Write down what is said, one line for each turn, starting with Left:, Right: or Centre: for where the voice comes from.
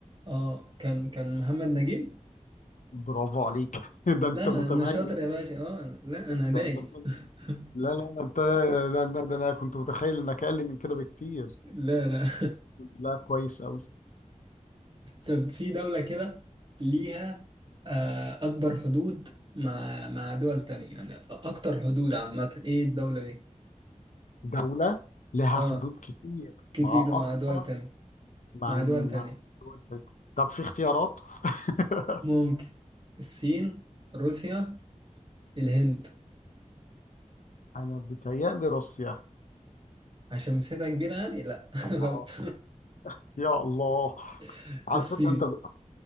Right: اه كان كان محمد نجيب
Left: برافو عليك <laughs> ده انت
Right: لا انا
Left: متميز
Right: انا شاطر يا باشا اه لا
Left: ده
Right: انا دايس
Left: انت متميز.
Right: <laughs>
Left: لا لا ده انت لا لا ده انا كنت متخيل انك اقل من كده بكتير
Right: لا انا <laughs>
Left: لا كويس أوي
Right: طب في دولة كده ليها آه، اكبر حدود مع مع دول تانية يعني اكتر حدود عامة ايه الدولة دي
Left: دولة لها
Right: اه
Left: حدود كتير
Right: كتير
Left: مع أكتر
Right: مع دول تانية
Left: مع
Right: مع دول
Left: مع
Right: تانية
Left: دول تانية. طب في اختيارات <laughs>
Right: ممكن الصين روسيا الهند
Left: أنا بتهيألي روسيا
Right: عشان مساحتها كبيرة يعني لا <laughs> غلط
Left: أو- يا الله
Right: <laughs>
Left: على
Right: الصين
Left: فكرة أنت بت...